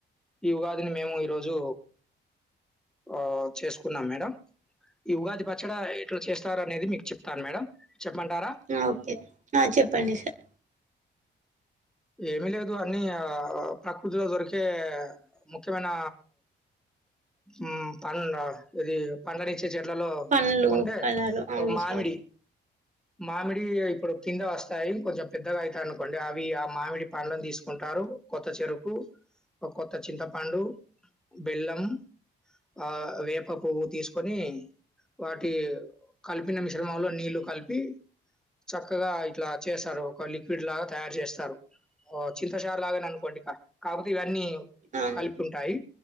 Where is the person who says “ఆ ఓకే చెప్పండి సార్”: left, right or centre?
Right